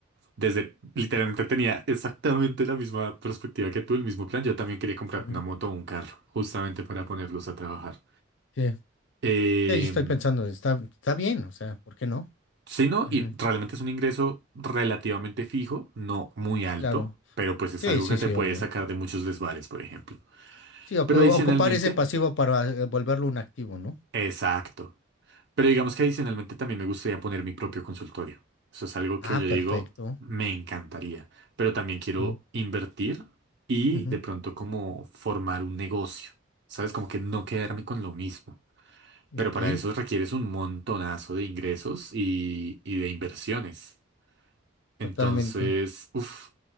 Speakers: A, on the right; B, on the left.
A: Desde, literalmente tenía exactamente la misma perspectiva que tú, el mismo plan. Yo también quería comprar
B: ujú.
A: una moto o un carro, justamente para ponerlos a trabajar.
B: Sí, sí,
A: Eh,
B: yo estoy pensando, está, está bien, o sea, ¿por qué no?
A: sí, no,
B: Ujú,
A: y realmente es un ingreso relativamente fijo, no muy alto,
B: Claro.
A: pero pues es
B: Sí,
A: algo
B: sí,
A: que te
B: sí,
A: puede
B: obvio.
A: sacar de muchos desvares, por ejemplo.
B: Sí, ocu-
A: Pero adicionalmente,
B: ocupar ese pasivo para eh, volverlo un activo, ¿no?
A: exacto. Pero digamos que adicionalmente también me gustaría poner mi propio consultorio. Eso es algo que
B: Ah,
A: yo
B: perfecto.
A: digo, me encantaría. Pero también quiero
B: Sí.
A: invertir y
B: Ujú,
A: de pronto como formar un negocio. ¿Sabes? Como que no quedarme con lo mismo. Pero
B: Ok,
A: para eso requieres un montonazo de ingresos y, y de inversiones. Entonces,
B: totalmente.
A: uff,